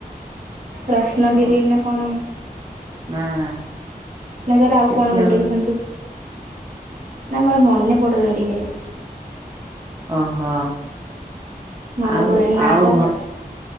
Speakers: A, on the right; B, on the right.
A: ରତ୍ନଗିରି
B: ଅ
A: ନା କଣ
B: ନା ନା।
A: ନାଇଁ ତାହେଲେ ଆଉ
B: ସେଠି
A: କଣ ଗୋଟେ
B: ଆମ
A: ରୁହନ୍ତୁ। ନାଇଁ ମୋର ମନେ ପଡ଼ୁନି ଟିକେ।
B: ଓହୋ
A: ମନେ
B: ଆଉ
A: ପଡ଼ୁନି ନାଁ
B: ଆଉ
A: ଟା
B: ଘ